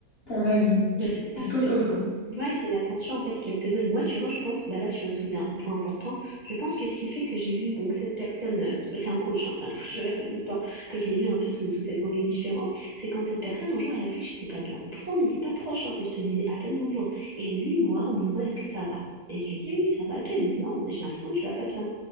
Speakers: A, on the left; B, on the right.
A: ton avis
B: Ben, c'est ça.
A: du tout
B: C'est
A: au tout.
B: ouais, c'est l'attention en fait qu'elle te donne. Moi, tu vois, je pense, bah là, tu viens de soulever un, un point important. Je pense que ce qui fait que j'ai vu donc cette personne, euh, bah, c'est un coach, hein, c'est un <laughs> coach de la salle de sport, que je l'ai vu un peu sous, sous cet angle différent, c'est quand cette personne, un jour, elle a vu que j'étais pas bien. Et pourtant, on n'était pas proches, hein, on se disait à peine bonjour. Et elle est venue me voir en me disant, est-ce que ça va? Et je lui dis, oui, ça va. Et toi, elle me dit, non, j'ai l'impression que tu vas pas bien.